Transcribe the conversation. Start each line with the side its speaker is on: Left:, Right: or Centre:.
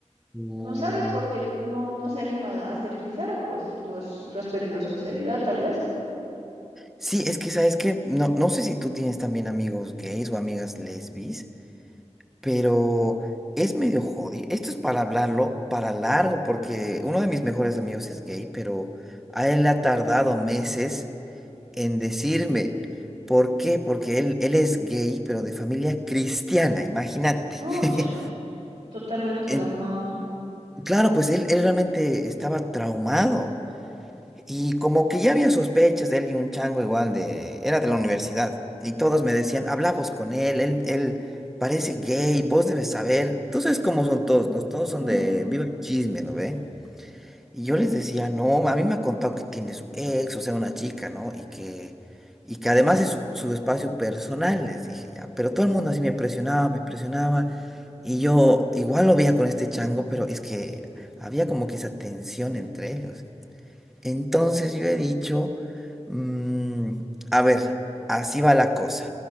Centre: Uh,
Right: no sabes porque no, no se anima a ser sincero, pues, si tú has, si tú has pedido sinceridad, tal vez.
Centre: sí, es que, ¿sabes qué? No, no sé si tú tienes también amigos gays o amigas lesbis. pero es medio jodido. Esto es para hablarlo para largo, porque uno de mis mejores amigos es gay, pero a él le ha tardado meses en decirme. ¿Por qué? Porque él, él es gay, pero de familia cristiana, imagínate.
Right: No,
Centre: <laughs>
Right: chat, totalmente traumado.
Centre: Eh, Claro, pues él, él realmente estaba traumado. Y como que ya había sospechas de él y un chango igual de... Era de la universidad. Y todos me decían, hablamos con él, él, él parece gay, vos debes saber. Tú sabes cómo son todos, ¿no? Todos son
Right: Mm.
Centre: de viva el chisme, ¿no ve? Y yo les decía, no, a mí me ha contado que tiene su ex, o sea, una chica, ¿no? Y que, y que además es su, su espacio personal, les dije ya. Pero todo el mundo así me presionaba, me presionaba. Y yo igual lo veía con este chango, pero es que había como que esa tensión entre ellos. Entonces yo he dicho, mm, a ver, así va la cosa.